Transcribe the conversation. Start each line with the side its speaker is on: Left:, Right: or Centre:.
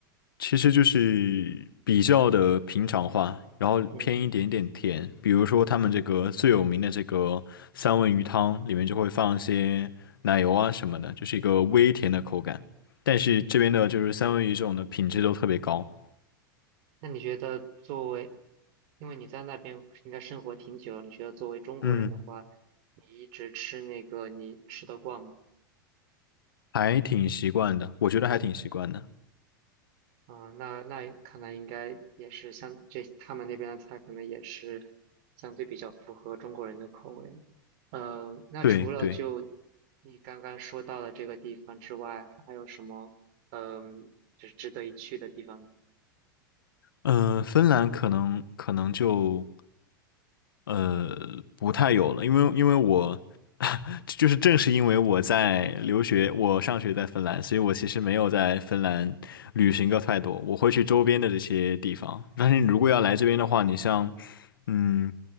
Left: 其实就是比较的平常化，然后偏一点点甜。
Right: 嗯，
Left: 比如说他们这个最有名的这个三文鱼汤，里面就会放一些奶油啊什么的，就是一个微甜的口感。但是这边的就是三文鱼这种的品质都特别高，
Right: 那你觉得作为，因为你在那边应该生活挺久了你觉得作为中国人的话，
Left: 嗯，
Right: 你一直吃那个你吃得惯吗？
Left: 还挺习惯的，我觉得还挺习惯的。
Right: 啊，那那看来应该也是像这他们那边的菜，可能也是相对比较符合中国人的口味。呃，那除了就
Left: 对对，
Right: 你刚刚说到的这个地方之外，还有什么嗯，就是值得一去的地方？
Left: 嗯，芬兰可能可能就。呃，不太有了，因为因为我 <laughs> 就是正是因为我在留学，我上学在芬兰，
Right: 嗯
Left: 所以我其实没有在芬兰旅行过太多，我会去周边的这些地方。但是你如果要来这边的话，你像，嗯